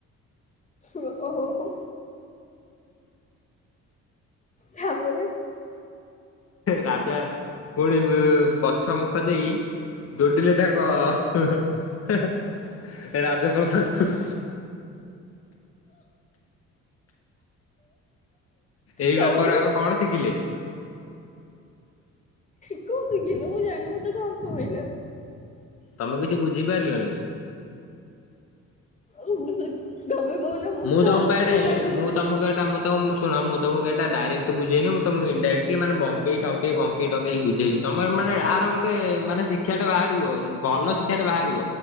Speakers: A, on the left (about 25°); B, on the left (about 50°).
A: ଓ ଓହୋ। ତାପରେ
B: ରାଜା ପୁଣି ପଛ ମୁଖ ଦେଇ ଦୌଡ଼ିଲେ ତାଙ୍କ ରାଜପ୍ରସାଦକୁ ଏଇ
A: ତାପରେ
B: ଗପରୁ ଆମେ କଣ ଶିଖିଲେ?
A: <inaudible> ମତେ ତ ହସ ମାଇଲା।
B: ତମେ କିଛି ବୁଝି ପାରିଲନି?
A: ମୁଁ ସେ ତମେ କହୁନ?
B: ମୁଁ
A: ତ
B: ତମ
A: ହସ
B: ପାଈଁ ଏଟା
A: ମାଇଲା
B: ମୁଁ
A: ଯେ
B: ତମକୁ ଏଟା ମୁଁ ତମ ଶୁଣ ମୁଁ ତୋମକୁ ଏଟା ଡାଇରେକ୍ଟ ବୁଝେଇନି ମୁଁ ତୋମକୁ ଇନଡାରେକ୍ଟଲି ମାନେ ବଙ୍କେଇ ଟଙ୍କେଇ ବଙ୍କେଇ ଟଙ୍କେଇ ବୁ ଝେଇଚି ତୋମର ମାନେ ଆର ଗୋଟେ ମାନେ ଶିକ୍ଷା ଟା ବାହାରିବ ଯେ ଭଲ ଶିକ୍ଷାଟେ ବାହାରିବ।